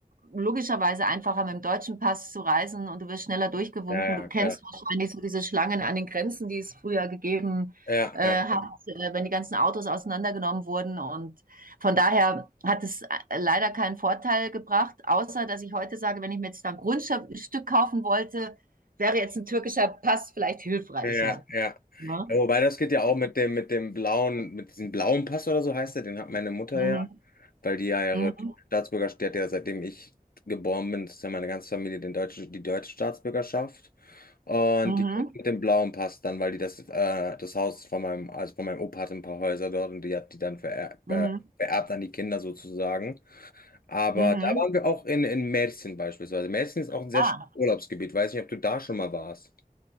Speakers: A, on the right; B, on the left.
A: logischerweise einfacher, mit dem deutschen Pass zu reisen und du wirst schneller durchgewunken.
B: Ja, ja,
A: Du kennst
B: klar.
A: wahrscheinlich so diese Schlangen an den Grenzen, die es früher gegeben
B: Ja,
A: äh,
B: ja,
A: hat, äh, wenn die ganzen Autos auseinandergenommen wurden. Und von daher hat es äh, leider keinen Vorteil gebracht, außer dass ich heute sage, wenn ich mir jetzt ein Grundstück kaufen wollte, wäre jetzt ein türkischer Pass vielleicht hilfreicher.
B: ja, ja. ja.
A: Ne?
B: Ja, Wobei das geht ja auch mit dem, mit dem blauen, mit diesem blauen Pass oder so heißt der, den hat meine Mutter
A: Mhm.
B: ja. weil die ja ihre
A: Mhm.
B: Staatsbürgerschaft, die hat ja seitdem ich geboren bin, das ist ja meine ganze Familie den deutsche, die deutsche Staatsbürgerschaft. Und
A: Mhm.
B: die kriegt mit dem blauen Pass dann, weil die das, äh, das Haus von meinem, also von meinem Opa hatte ein paar Häuser dort und die hat die dann vererbt,
A: Mhm.
B: äh, vererbt an die Kinder sozusagen. Aber
A: Mhm.
B: da waren
A: Mhm.
B: wir auch in, in Mädchen beispielsweise. Mädchen ist auch ein sehr
A: Ah.
B: schönes Urlaubsgebiet. Weiß nicht, ob du da schon mal warst.